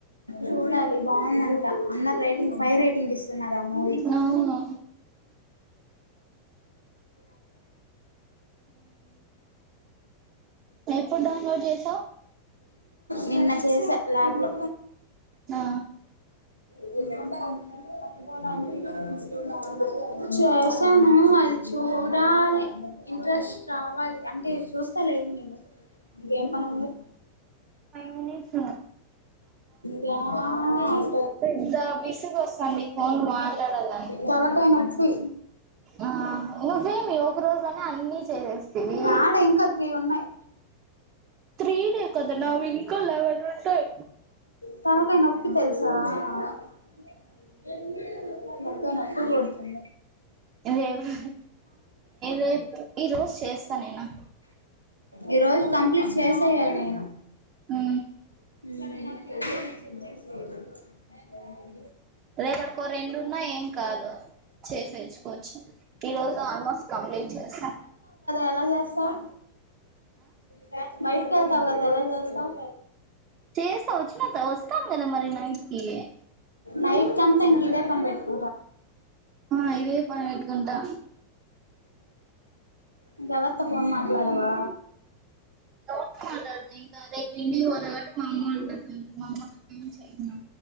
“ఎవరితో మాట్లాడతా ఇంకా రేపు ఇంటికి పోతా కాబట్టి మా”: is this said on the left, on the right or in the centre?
Right